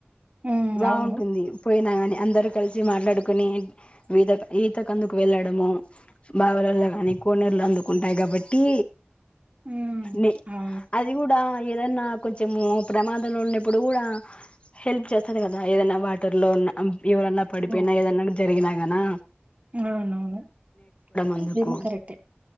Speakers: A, on the right; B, on the left.
A: హ్మ్.
B: బాగుంటుంది
A: అవును.
B: పోయినా కాని అందరుకలిసి మాట్లాడుకుని ఈత ఈత కందుకు వెళ్ళడము బావలల్లో కానీ కోనేరుల అందు ఉంటాయి కాబట్టి
A: హ్మ్.
B: నే
A: అవును.
B: అది కూడా ఆ ఏదన్నా కొంచెము ప్రమాదంలో ఉన్నప్పుడు గూడా హెల్ప్ చేస్తది కదా ఏదన్నా వాటర్ లో ఉన్నా అం ఎవరన్నా పడిపోయినా
A: హ్మ్.
B: ఏదన్నా జరిగినా గానా
A: అవునవును
B: అందుకు
A: ఇదేమో కరెక్టే